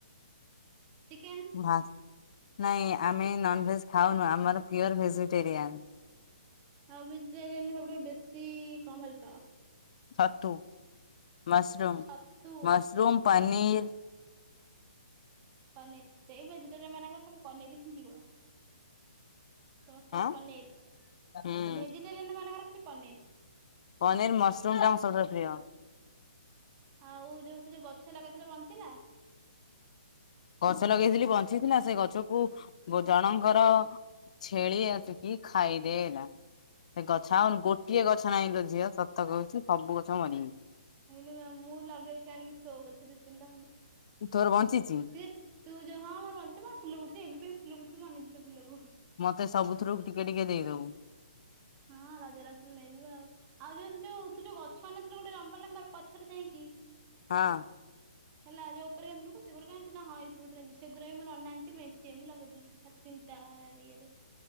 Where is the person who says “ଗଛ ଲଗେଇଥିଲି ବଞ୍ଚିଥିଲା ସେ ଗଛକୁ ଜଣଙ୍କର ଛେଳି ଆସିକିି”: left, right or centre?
Left